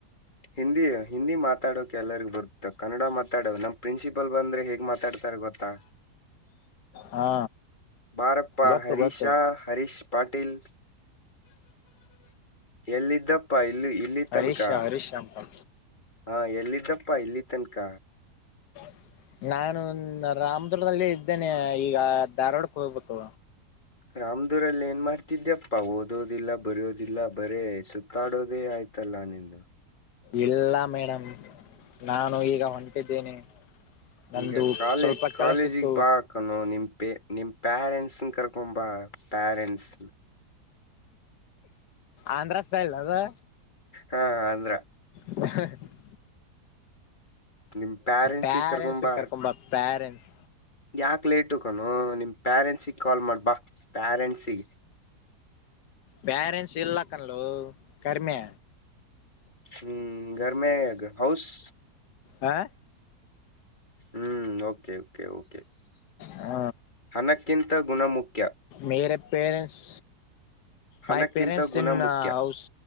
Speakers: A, on the left; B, on the left.
A: ಹಿಂದಿ ಹಿಂದಿ ಮಾತಾಡೋಕ ಎಲ್ಲರಿಗ ಬರುತ್ತ ಕನ್ನಡ ಮಾತಾಡ ನಮ್ ಪ್ರಿನ್ಸಿಪಲ್ ಬಂದ್ರೆ ಹೇಗ್ ಮಾತಾಡ್ ಗೊತ್ತಾ
B: ಹಾ
A: ಬಾರಪ್ಪ
B: ಗೊತ್ತು
A: ಹರೀಶಾ
B: ಗೊತ್ತು
A: ಹರೀಶ್ ಪಾಟೀಲ್ ಎಲ್ಲಿದ್ದಪ್ಪ ಇಲ್ಲಿ ಇಲ್ಲಿ ತನ್ಕ
B: ಹರೀಶ್ ಹರೀಶ್ ಅಂತ
A: ಹಾ ಎಲ್ಲಿದ್ದಪ್ಪ ಪ ಇಲ್ಲಿ ತನಕ
B: <inaudible> ನಾನು ರಾಮದುರ್ದಲ್ಲೇ ಇದ್ದೇನೆ ಈಗ ಧಾರವಾಡಕ್ಕೆ ಹೋಗ್ಬೇಕು
A: ರಾಮ್ದೂರಲ್ಲಿ ಏನ್ ಮಾಡ್ತಿದ್ಯಪ್ಪಾ ಓದೋದಿಲ್ಲ ಬರೋದಿಲ್ಲ ಬರೇ ಸುತ್ತಾಡೋದೇ ಆಯ್ತ ತಲ್ಲ ನಿಂದು
B: ಇಲ್ಲ ಮೇಡಮ್ ನಾನು ಈಗ ಹೊಂಟಿದ್ದೇನೆ ನಂದು
A: ಈಗ ಕಾಲೇಜ
B: ಸ್ವಲ್ಪ ಕೆಲಸಿತ್ತು
A: ಕಾಲೇಜಿಗೆ ಬಾ ಅಕಾನೋ ನಿಮ್ ನಿಮ್ ಪ್ಯಾರೆಂಟ್ಸ್ನ್ ಕರ್ಕೊಂಬ ಪ್ಯಾರೆಂಟ್ಸ್
B: ಆಂಧ್ರ ಸ್ಟೈಲ್ ಅದು
A: ಹಾ ಅಂದ್ರ
B: <unintelligible>
A: ನಿಮ್ ಪ್ಯಾರೆಂಟ್ಸಿಗ
B: ಪ್ಯಾರೆಂಟ್ಸ್
A: ಕರಕೂಂಬಾ
B: ಕರ್ಕೊಂಬ ಪ್ಯಾರೆಂಟ್ಸ್
A: ಯಾಕ ಲೇಟು ಕಣೂ ನಿಮ್ ಪ್ಯಾರೆಂಟ್ಸಗ್ ಕಾಲ್ ಮಾಡ್ಬಾ ಪ್ಯರೆನ್ಸಿ
B: ಪ್ಯರೆಂಟ್ಸ್ ಇಲ್ಲ ಕನ್ಲೋ ಕರಿಮೆ
A: ಹ್ಮ್ ಗರ್ ಮೆ ಹೌಸ್
B: ಹ
A: ಹ್ಮ್ ಓಕೆ ಓಕೆ
B: ಹ
A: ಹಣಕ್ಕಿಂತ ಗುಣ ಮುಖ್
B: ಮೇರೆ ಪೇರೆಂಟ್ಸ್
A: ಹಣಕ್ಕಿಂತ
B: ಮೈ ಪೇರೆಂಟ್ಸ್
A: ಗುಣ
B: ಇನ್
A: ಮುಖ್ಯ
B: ಹೌಸ್